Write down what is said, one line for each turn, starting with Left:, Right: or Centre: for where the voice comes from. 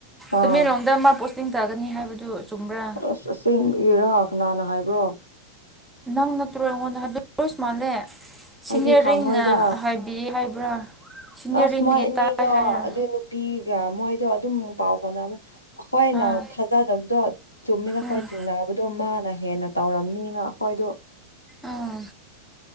Left: ꯑꯥ
Centre: ꯇꯃꯦꯡꯂꯣꯡꯗ ꯃꯥ ꯄꯣꯁꯇꯤꯡ ꯇꯥꯒꯅꯤ ꯍꯥꯏꯕꯗꯨ ꯆꯨꯝꯕ꯭ꯔꯥ
Left: ꯑꯁ ꯑꯁ‌ꯦꯡꯕꯩꯔꯥ ꯀꯅꯥꯅ ꯍꯥꯏꯕ꯭ꯔꯣ
Centre: ꯅꯪ ꯅꯠꯇ꯭ꯔꯣ ꯑꯩꯉꯣꯟꯗꯣ ꯍꯧꯖꯤꯛ <unintelligible> ꯃꯥꯜꯂꯦ ꯁꯤꯅꯤꯌꯥꯔꯤꯡꯅ
Left: ꯑꯩꯗꯤ ꯈꯪꯉꯣꯏꯗ
Centre: ꯍꯥꯏ ꯄꯤꯌꯦ ꯍꯥꯏꯕ꯭ꯔꯥ ꯁꯤꯅꯤꯌꯔꯔꯤꯡꯗꯒꯤ
Left: ꯑꯁ ꯃꯣꯏ ꯑꯅꯤꯗꯣ
Centre: ꯇꯥꯏ ꯍꯥꯏꯔ
Left: ꯑꯗꯨ ꯅꯨꯄꯤꯒ ꯃꯣꯏꯗꯣ ꯑꯗꯨꯝ ꯄꯥꯎ ꯐꯥꯎꯅꯕ ꯑꯩꯈꯣꯏꯅ
Centre: ꯑꯥ
Left: ꯊꯥꯖꯗꯕꯗꯣ ꯆꯨꯝꯃꯤꯅ ꯑꯩꯈꯣꯏ
Centre: ꯎꯝ
Left: ꯆꯤꯡꯅꯕ ꯇꫭ ꯃꯥꯅ ꯍꯦꯟꯅ ꯇꯧꯔꯝꯅꯤꯅ ꯑꯩꯈꯣꯏꯗꯨ
Centre: ꯑꯥ